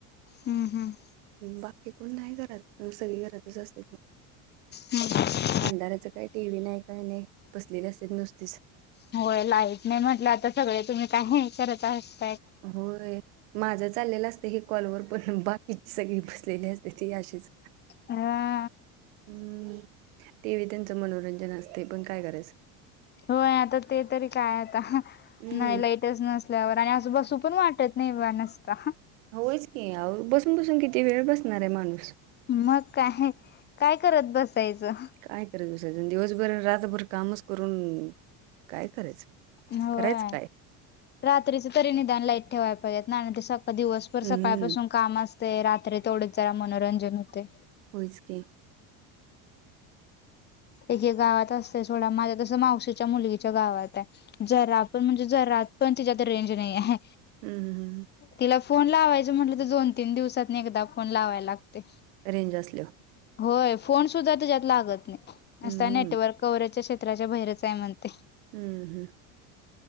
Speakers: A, on the left; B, on the right.
A: हम्म हम्
B: बाकी कोण नाही घरात सगळी घरातच असते
A: हम्म
B: अंधाराचं काही टी व्ही नाही काय नाही बसलेली असत नुसतीच
A: होय लाईट नाही म्हटलं आता सगळे तुम्ही काय हे करत आहात
B: होय माझं चाललेलं असतं हे कॉलवर पण बाकीची सगळी बसलेली असते ती आशीच
A: हा
B: हम्म ते त्यांचं मनोरंजन असते पण काय करायचं
A: होय आता ते तरी काय आता
B: हम्म
A: नाही लाईट नसल्यावर आणि आजू बासू पण वाटत नाही नसता
B: होच की बसून बसून किती वेळ बसणार आहे माणूस
A: मग काय काय करत बसायचं
B: काय करायचं विसायजन दिवसभर रातभर कामच करून काय करायचं
A: होय
B: करायचं काय
A: रात्रीच तरी निदान लाईट ठेवायला पाहिजेेत नाहीर सकां दिवस भर
B: हम्म,
A: सकाळपासून काम असते रात्री तेथवढेच जरा मनोरंजन होते
B: होचके
A: एकका गावात असते थोडा माझ्या तसं मावशीच्या मुलगीच्या गावात आहे जरापूर म्हणजे तर रात पण तिच्या तर रेंज नाही आहे
B: हम् हम हमम
A: तिला फोन लावायचं म्हटलं तर दोन तीन दिवसातनी एकदा फोन लावायला लागते
B: रेंज असलो
A: होय फोन सुद्धा त्याच्यात लागत नाही
B: हम्म,
A: नता नेटवर्क कवरा्याच्या क्षेत्राच्या बाहेरच आहे म्हणते
B: हम्म हम्